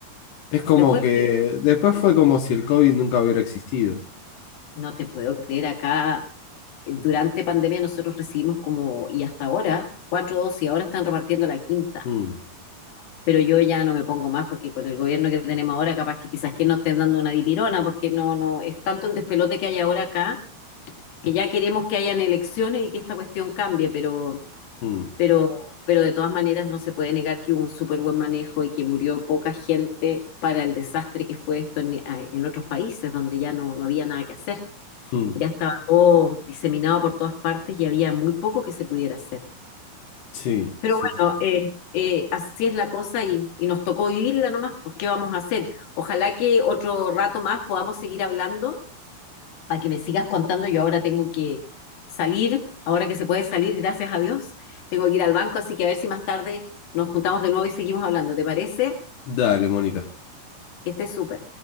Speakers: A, on the left (about 80°); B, on the left (about 65°).
A: Es como
B: Después
A: que después fue como si el COVID nunca hubiera existido.
B: No te puedo creer acá. eh, Durante pandemia nosotros recibimos como, y hasta ahora, cuatro dosis, ahora están repartiendo la quinta.
A: Mm,
B: Pero yo ya no me pongo más porque con el gobierno que tenemos ahora, capaz que quizás que nos estén dando una dipirona, porque no, no, es tanto el despelote que hay ahora acá, que ya queremos que hayan elecciones y que esta cuestión cambie, pero,
A: mm,
B: pero, pero de todas maneras no se puede negar que hubo un súper buen manejo y que murió poca gente para el desastre que fue esto en, eh, en otros países donde ya no, no había nada que hacer.
A: mm.
B: Ya estaba todo diseminado por todas partes y había muy poco que se pudiera hacer.
A: Sí,
B: Pero
A: sí, sí.
B: bueno, eh, eh, así es la cosa y, y nos tocó vivirla nomás, pues ¿qué vamos a hacer? Ojalá que otro rato más podamos seguir hablando para que me sigas contando. Yo ahora tengo que salir, ahora que se puede salir, gracias a Dios, tengo que ir al banco, así que a ver si más tarde nos juntamos de nuevo y seguimos hablando. ¿Te parece?
A: Dale, Mónica.
B: Que estés súper.